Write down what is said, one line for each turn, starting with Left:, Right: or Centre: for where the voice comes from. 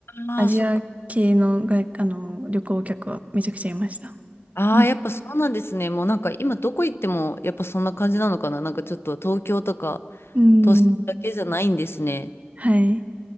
Left: ああ、
Right: アジア系の外、
Left: そっか。
Right: あの、旅行客はめちゃくちゃいました。
Left: ああ、
Right: うん。
Left: やっぱそうなんですね。もうなんか今どこ行ってもやっぱそんな感じなのかな。なんかちょっと東京とか
Right: うん。
Left: 都市だけじゃないんですね。
Right: はい。